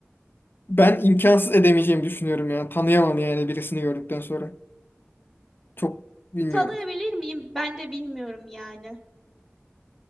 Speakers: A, on the left (about 50°); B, on the right (about 15°).
A: Ben imkansız edemeyeceğimi düşünüyorum ya. Tanıyamam yani birisini gördükten sonra. Çok bilmiyorum.
B: Tanıyabilir miyim? Ben de bilmiyorum yani.